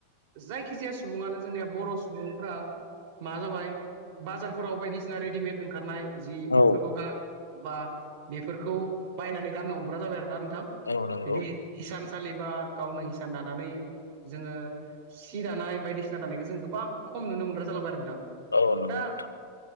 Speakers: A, on the right; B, on the left.
A: जायखि जाया सुबुङानो जोंनिया बर' सुबुंफ्रा माबा जाबाय बाजारफोराव बायदिसिना रेडिमेड ओंखारनाय जिफोरखौ
B: औ
A: बा बेफोरखौ बायनानै गाननो हमग्रा जाबाय आरोना
B: औ नंगौ
A: बिदि हिसानसालिबा गावनो हिसान दानानै जोङो सि दानाय बायदिसिना दानायखौ जों गोबां खम नुनो मोनग्रा जालांबाय आरो नोंथां
B: औ नंगौ
A: दा
B: नोंथां